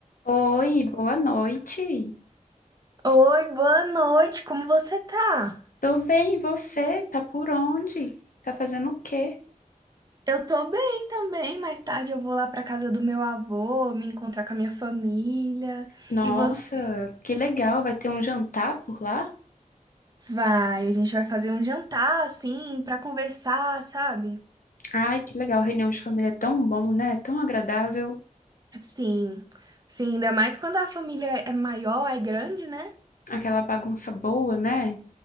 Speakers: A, on the left; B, on the right.
A: Oi, boa noite.
B: Oi, boa noite, como você tá?
A: Tô bem, e você? Tá por onde? Tá fazendo o quê?
B: Eu tô bem também. Mais tarde eu vou lá pra casa do meu avô, me encontrar com a minha família.
A: Nossa,
B: E você
A: que legal, vai ter um jantar por lá?
B: vai, a gente vai fazer um jantar assim pra conversar, sabe?
A: Ai, que legal, reunião de família é tão bom, né? Tão agradável,
B: Sim. Sim, ainda mais quando a família é maior, é grande, né?
A: aquela bagunça boa, né?